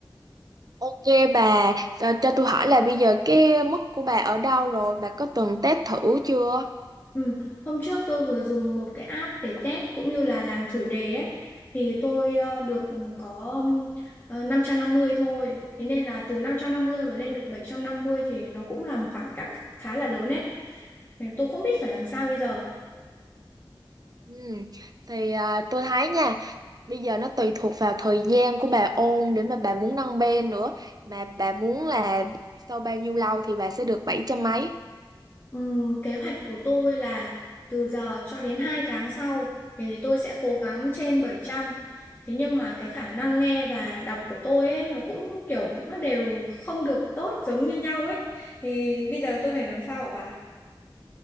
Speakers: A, on the right; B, on the left.
A: Ok bà, cho, cho tôi hỏi là bây giờ cái mức của bà ở đâu rồi, bà có từng test thử chưa?
B: Ừ. Hôm trước tôi vừa dùng một cái app để test cũng như là làm thử đề ấy. Thì tôi ờ, được có ờ, 550 thôi. Thế nên là từ 550 mà lên được 750 thì nó cũng là một khoảng cách khá là lớn ấy. Nên Tôi không biết phải làm sao bây giờ.
A: Ừ. Thì à, tôi thấy nha, bây giờ nó tùy thuộc vào thời gian của bà ôn để mà bà muốn nâng bên nữa. Mà bà muốn là sau bao nhiêu lâu thì bà sẽ được bảy trăm mấy.
B: Ừm, kế hoạch của tôi là từ giờ cho đến 2 tháng sau thì tôi sẽ cố gắng trên bảy trăm Thế nhưng mà cái khả năng nghe và đọc của tôi ấy nó cũng kiểu nó đều không được tốt giống như nhau ấy. Thì bây giờ tôi phải làm sao hả bà?